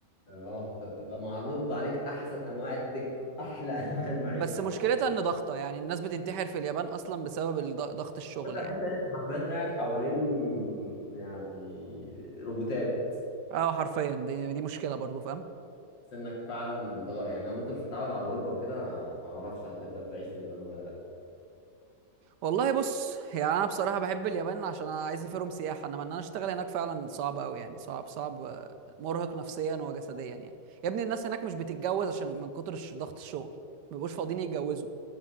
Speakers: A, on the left; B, on the right.
A: اه انت بتبقى معرض عليك احسن انواع التك واحلى <laughs> انواع المعيشه
B: بس
A: حرفيا
B: مشكلتها ان ضغطه يعني الناس بتنتحر في اليابان اصلا بسبب الض- ضغط الشغل
A: وانت حتى
B: يعني
A: انت حرفيا قاعد حوالين يعني روبوتات
B: اه حرفيا دي دي مشكله برضو فاهم
A: سنك فعلا متغ- يعني لو انت مش متعود على الغربه وكده ما اعرفش هتقدر تعيش في اليابان ولا لا
B: والله بص يعني انا بصراحه بحب اليابان عشان انا عايز اسافرهم سياحه انما ان انا اشتغل هناك فعلا صعب قوي يعني صعب صعب آه، مرهق نفسيا وجسديا يعني يا ابني الناس هناك مش بتتجوز عشان من كتر الش- ضغط الشغل ما بيبقوش فاضيين يتجوزوا